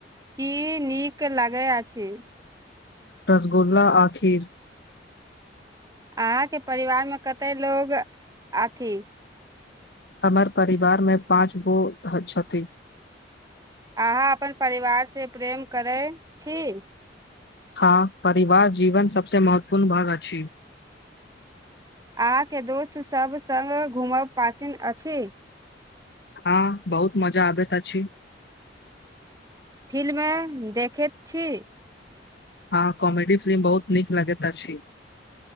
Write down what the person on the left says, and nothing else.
रसगुल्ला आखिर।
अमर परिवार में पाँंच गो कति
हँ परिवार जीवन सबसँ महत्वपूर्ण भाग अछि।
हँ बहुत मजा आबैत छी।
हँ कॉमेडी फिल्म बहुत नीक लगैत अछि छी।